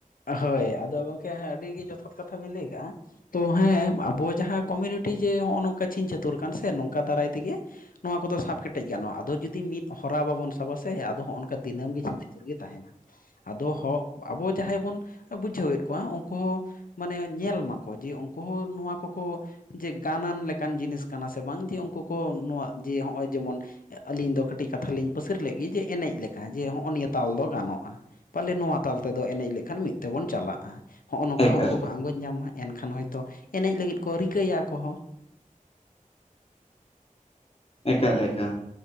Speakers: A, on the left; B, on the left.
A: ᱦᱳᱭ ᱟᱫᱚ ᱜᱚᱢᱠᱮ ᱟᱹᱰᱤ ᱜᱮ ᱡᱚᱛᱷᱟᱛ ᱠᱟᱛᱷᱟ ᱵᱤᱱ ᱞᱟᱹᱭ ᱠᱟᱜᱼᱟ ᱾ ᱛᱚ ᱦᱮᱸ ᱟᱵᱚ ᱡᱟᱦᱟᱸ ᱠᱚᱢᱤᱭᱩᱱᱤᱴᱤ ᱡᱮ ᱱᱚᱜᱼᱚ ᱱᱚᱝᱠᱟ ᱪᱷᱤᱢ ᱪᱷᱟᱹᱛᱩᱨ ᱠᱟᱱ ᱥᱮ ᱱᱚᱝᱠᱟ ᱫᱟᱨᱟᱭ ᱛᱮᱜᱮᱼᱼ ᱱᱚᱣᱟ ᱠᱚᱫᱚ ᱥᱟᱵ ᱠᱮᱴᱮᱡ ᱜᱟᱱᱚᱜᱼᱟ ᱟᱫᱚ ᱡᱩᱫᱤ ᱢᱤᱫ ᱦᱚᱨᱟ ᱵᱟᱵᱚᱱ ᱥᱟᱵ ᱥᱮ ᱟᱫᱚ ᱦᱚᱸᱜᱼᱚ ᱱᱝᱠᱟ ᱫᱤᱱᱟᱹᱢ ᱜᱮ ᱜᱮ ᱛᱟᱦᱮᱱᱟ ᱟᱫᱚ ᱟᱵᱚ ᱡᱟᱦᱟᱸᱭ ᱵᱚᱱ ᱵᱩᱡᱷᱟᱹᱣᱮᱫ ᱠᱚᱣᱟ ᱩᱱᱠᱩ ᱦᱚᱸᱼᱼ ᱢᱟᱱᱮ ᱧᱮᱞ ᱢᱟᱠᱚ ᱡᱮ ᱩᱱᱠᱩ ᱦᱚᱸ ᱱᱚᱣᱟ ᱠᱚᱠᱚᱼᱼ ᱡᱮ ᱜᱟᱱᱟᱱ ᱞᱮᱠᱟᱱ ᱡᱤᱱᱤᱥ ᱠᱟᱱᱟ ᱥᱮ ᱵᱟᱝ ᱡᱮ ᱩᱱᱠᱩ ᱠᱚ ᱱᱚᱣᱟ ᱡᱮ ᱦᱸᱚᱜᱼᱚᱭ ᱡᱮᱢᱚᱱᱼᱼ ᱟᱹᱞᱤᱧ ᱫᱚ ᱠᱟᱹᱴᱤᱡ ᱠᱟᱛᱷᱟ ᱞᱤᱧ ᱯᱟᱹᱥᱤᱨ ᱞᱮᱜᱮ ᱡᱮ ᱮᱱᱮᱡ ᱞᱮᱠᱟ ᱡᱮ ᱦᱚᱸᱜᱼᱚ ᱱᱤᱭᱟᱹ ᱛᱟᱞ ᱫᱚ ᱜᱟᱱᱚᱜᱼᱟ ᱾ ᱯᱟᱞᱮ ᱱᱚᱣᱟ ᱛᱟᱞ ᱛᱮᱫᱚ ᱮᱱᱮᱡ ᱞᱮᱠᱷᱟᱱ ᱢᱤᱫ ᱛᱮᱵᱚᱱ ᱪᱟᱞᱟᱜᱼᱟ ᱦᱚᱸᱜᱼᱚ ᱱᱚᱝᱠᱟ
B: ᱮᱠᱟᱞ
A: ᱦᱚᱸ ᱩᱱᱠᱩ ᱠᱚ ᱟᱸᱜᱚᱪᱼᱼ ᱧᱟᱢ ᱢᱟ ᱮᱱᱠᱷᱟᱱ ᱦᱚᱭᱛᱳ ᱮᱱᱮᱡ ᱞᱟᱹᱜᱤᱫ ᱠᱚ ᱨᱤᱠᱟᱹᱭᱟ ᱟᱠᱚ ᱦᱚᱸ ᱾
B: ᱮᱠᱟᱞ ᱮᱠᱟᱞ ᱾